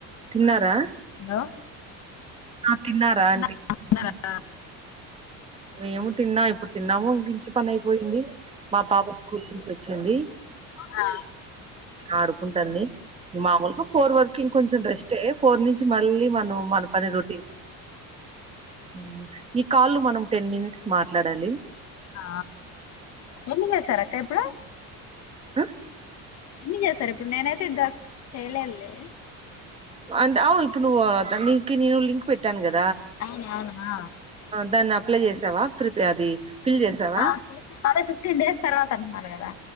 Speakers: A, on the right; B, on the left.
A: తిన్నారా?
B: ఉందా
A: ఆ! తిన్నారా అంటి?
B: <inaudible> ఆ
A: మేము తిన్నా ఇప్పుడు తిన్నాము ఇంటి పని అయిపోయింది మా పాప స్కూల్ నుంచి వచ్చింది.
B: ఆ
A: ఆడుకుంటాంది మామూలుగా ఫోర్ వర్కి ఇంకొంచ్ డస్టే ఫోర్ నుంచి మళ్ళీ మనం మన పని రొటీ మ్మ్ ఈ కాల్ మనం టెన్ మినిట్స్ మాట్లాడాలి
B: ఆ ఎన్ని జేసారక్క ఇప్పుడు
A: అ
B: ఇన్ని చేసారిప్పుడు నేనైతే దస్ చైలేలే
A: అండ్ అవ్ ఇప్పుడు నువ్వు దానీకి నీను లింక్ పెట్టాను గద్
B: అవునవునా
A: దాన్ని అప్లై చేసావా ప్రిపే అది ఫిల్ చేసావా
B: ఆ చేసిన కాని ఫిఫ్టీన్ డేస్ తర్వాత అంటున్నారు గదా